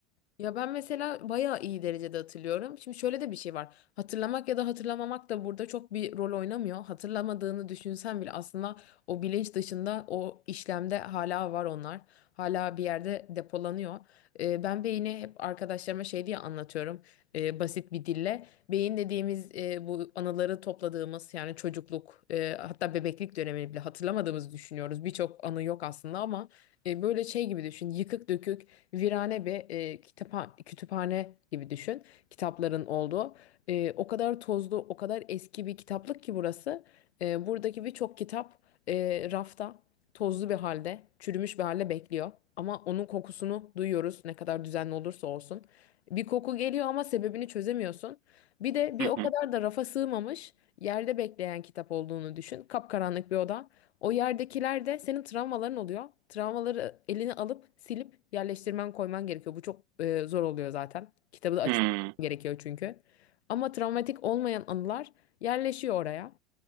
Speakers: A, on the left (about 85°); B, on the right (about 60°).
A: Ya ben mesela bayağı iyi derecede hatırlıyorum. Şimdi şöyle de bir şey var. Hatırlamak ya da hatırlamamak da burada çok bir rol oynamıyor. Hatırlamadığını düşünsen bile aslında o bilinç dışında o işlemde hala var onlar. Hala bir yerde depolanıyor. Ee, ben beyni hep arkadaşlarıma şey diye anlatıyorum e, basit bir dille. Beyin dediğimiz e, bu anıları topladığımız yani çocukluk e, hatta bebeklik dönemini bile hatırlamadığımızı düşünüyoruz. Birçok anı yok aslında ama e, böyle şey gibi düşün yıkık dökük virane bir e, kitapa- kütüphane gibi düşün. Kitapların olduğu. E, o kadar tozlu, o kadar eski bir kitaplık ki burası. E, buradaki birçok kitap e, rafta tozlu bir halde, çürümüş bir halde bekliyor. Ama onun kokusunu duyuyoruz ne kadar düzenli olursa olsun. Bir koku geliyor ama sebebini çözemiyorsun. Bir de bir
B: Hı hı.
A: o kadar da rafa sığmamış, yerde bekleyen kitap olduğunu düşün. Kapkaranlık bir oda. O yerdekiler de senin travmaların oluyor. Travmaları elini alıp silip yerleştirmen koyman gerekiyor. Bu çok e, zor oluyor zaten. Kitabı da açman
B: Hmm,
A: gerekiyor çünkü. Ama travmatik olmayan anılar yerleşiyor oraya.